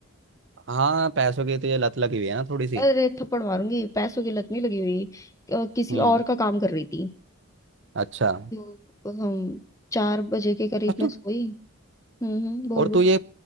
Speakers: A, on the right; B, on the left.
A: हाँ पैसों की तो ये लत लगी हुई है ना थोड़ी सी
B: अरे थप्पड़ मारूंगी पैसों की लत नहीं लगी हुई अ, किसी
A: हम्म
B: और का काम कर रही थी
A: अच्छा
B: तो हम चार बजे के करीब
A: पर
B: मैं
A: तू
B: सोई हम्म हम्म, बोल
A: और
B: बोल
A: तू ये